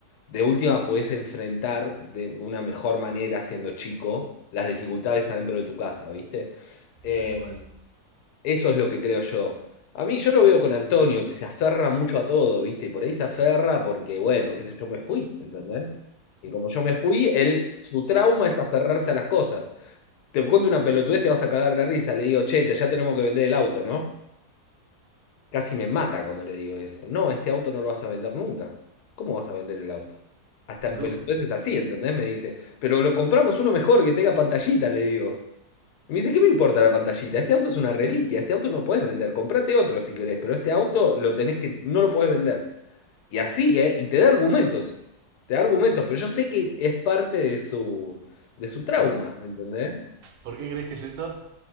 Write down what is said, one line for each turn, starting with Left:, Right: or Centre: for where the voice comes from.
Left: de última podés enfrentar de una mejor manera, siendo chico, las dificultades adentro de tu casa, ¿viste? Eh,
Right: tal cual.
Left: eso es lo que creo yo. A mí yo lo veo con Antonio, que se aferra mucho a todo, ¿viste? Y por ahí se aferra porque, bueno, qué sé yo, me fui, ¿entendés? Y como yo me fui, él, su trauma es aferrarse a las cosas. Te cuento una pelotudez, te vas a cagar de risa. Le digo, che, te- ya tenemos que vender el auto, ¿no? Casi me mata cuando le digo eso. No, este auto no lo vas a vender nunca. ¿Cómo vas a vender el auto? Hasta en
Right: No,
Left: pelotudeces así, ¿entendés? Me dice, pero lo compramos uno mejor que tenga pantallita, le digo. Y Me dice, ¿qué me importa la pantallita? Este auto es una reliquia, este auto no puedes vender, comprate otro si querés, pero este auto lo tenés que, no lo podés vender. Y así, ¿eh? Y te da argumentos, te da argumentos, pero yo sé que es parte de su, de su trauma, ¿entendés?
Right: ¿Por qué crees que es eso?